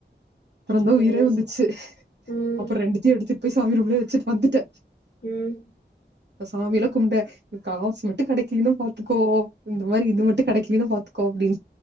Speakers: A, on the right; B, on the left.
A: அப்பறந்தா
B: சேரி
A: உயிரே வந்துச்சி
B: சேரி ம்
A: அப்ற ரெண்டுத்தியு‌ எடுத்து சாமிரூம்லயே வச்சிட் வந்துட்ட
B: உம்
A: ப்ப சாமிலா கும்ப்ட காஸ் மட்டு கடைக்லன்னா பாத்துக்கோ இந்த மாறி இது மட்டு கேடைக்லனா பாத்துக்கோ அப்டின்